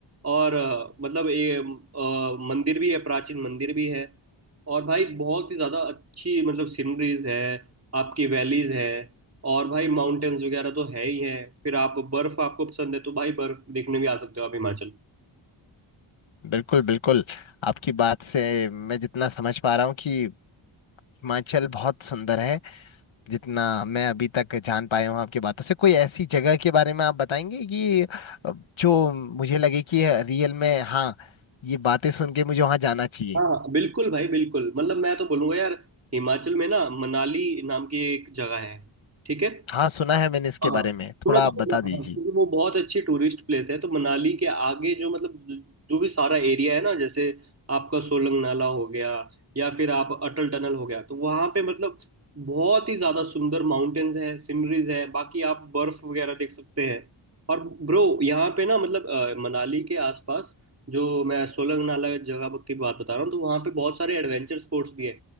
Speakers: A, on the right; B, on the left.
A: और अ, मतलब ये अ, मंदिर भी है प्राचीन मंदिर भी है और भाई बहुत ही ज़्यादा अच्छी मतलब सीनरीज है आपकी वैलीज है और भाई माउंटेन्स वगैरह तो है ही है फिर आप बर्फ़ आपको पसंद है तो भाई बर्फ़ देखने भी आ सकते हो आप हिमाचल
B: बिल्कुल बिल्कुल आपकी बात से मैं जितना समझ पा रहा हूँ कि हिमाचल बहुत सुंदर है जितना मैं अभी तक जान पाया हूँ आपकी बातों से कोई ऐसी जगह के बारे में आप बताएंगे कि अ, जो मुझे लगे कि रियल में हाँ ये बातें सुन के मुझे वहां जाना चाहिए
A: हाँ हाँ बिल्कुल भाई बिल्कुल मतलब मैं तो बोलूँगा यार हिमाचल में ना मनाली नाम की एक जगह है ठीक है
B: हाँ सुना है मैंने इसके
A: हाँ
B: बारे में
A: सुना
B: थोड़ा
A: था
B: आप
A: सुना
B: बता दीजिए
A: हाँ क्योंकि वो बहुत अच्छी टूरिस्ट प्लेस है तो मनाली के आगे जो मतलब जो भी सारा एरिया है ना जैसे आपका सोलंग नाला हो गया या फिर आप अटल टनल हो गया तो वहाँ पे मतलब बहुत ही ज़्यादा सुंदर माउंटेन्स है सीनरीज है बाकी आप बर्फ वगैरह देख सकते हैं और ब्रो यहाँ पे ना मतलब अ, मनाली के आसपास जो मैं सोलंग नाला जगह की बात बता रहा हूँ तो वहाँ पे बहुत सारे एडवेंचर स्पोर्ट्स भी है